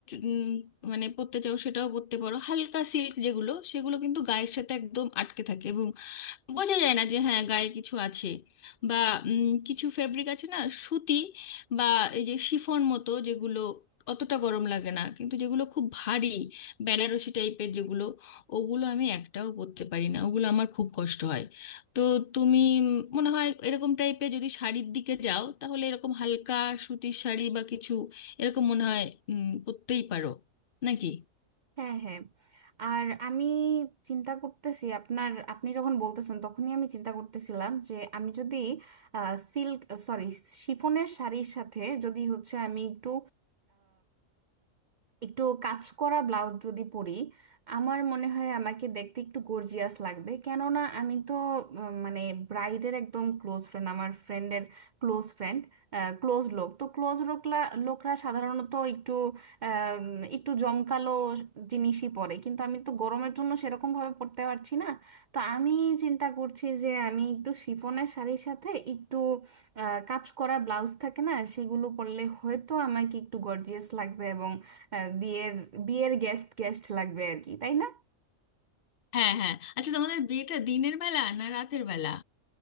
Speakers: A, on the left; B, on the right.
A: উম, মানে পরতে চাও সেটাও পরতে পারো হালকা সিল্ক যেগুলো সেগুলো কিন্তু গায়ের সাথে একদম আটকে থাকে বোঝা যায় না যে হ্যাঁ গায়ে কিছু আছে বা উম, কিছু ফেব্রিক আছে না সুতি বা এই যে শিফন মতো যেগুলো অতটা গরম লাগে না কিন্তু যেগুলো খুব ভারী বেনারসি টাইপের যেগুলো ওগুলো আমি একটাও পরতে পারি না ওগুলো আমার খুব কষ্ট হয় তো তুমি উম, মনে হয় এরকম টাইপের যদি শাড়ির দিকে যাও তাহলে এরকম হালকা সুতির শাড়ি বা কিছু এরকম মনে হয় উম, পরতেই পারো নাকি
B: হ্যাঁ হ্যাঁ আর আমি চিন্তা করতেছি আপনার আপনি যখন বলতেছেন তখনই আমি চিন্তা করতেছিলাম যে আমি যদি সিল্ক সরি শিফনের শাড়ির সাথে যদি হচ্ছে আমি একটু একটু কাজ করা ব্লাউজ যদি পরি আমার মনে হয় আমাকে দেখতে একটু গর্জিয়াস লাগবে কেননা আমি তো আহ, মানে ব্রাইডের একদম ক্লোজ ফ্রেন্ড আমার ফ্রেন্ডের ক্লোজ ফ্রেন্ড ক্লোজ লোক তো ক্লোজ লোকরা লোকরা সাধারণত একটু আম, একটু জমকালো জিনিসই পরে কিন্তু আমি তো গরমের জন্য সেরকম ভাবে পরতে পারছি না তো আমি চিন্তা করছি যে আমি একটু শিফনের শাড়ির সাথে একটু আহ, কাজ করা ব্লাউজ থাকে না সেগুলো পরলে হয়তো আমাকে একটু গর্জিয়াস লাগবে হ্যাঁ বিয়ের বিয়ের গেস্ট গেস্ট লাগবে আর কি তাই না
A: হ্যাঁ হ্যাঁ আচ্ছা তোমাদের বিয়েটা দিনের বেলা না রাতের বেলা